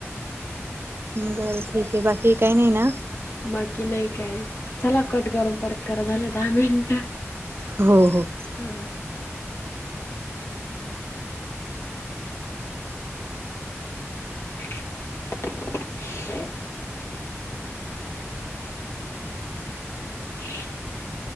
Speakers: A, on the right (about 50°); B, on the left (about 55°).
A: बरं ठीक आहे बाकी काही नाही ना?
B: बाकी नाही काय चला कट करून परत करा झालं दहा मिनिट.
A: हो हो
B: हां ह <unintelligible>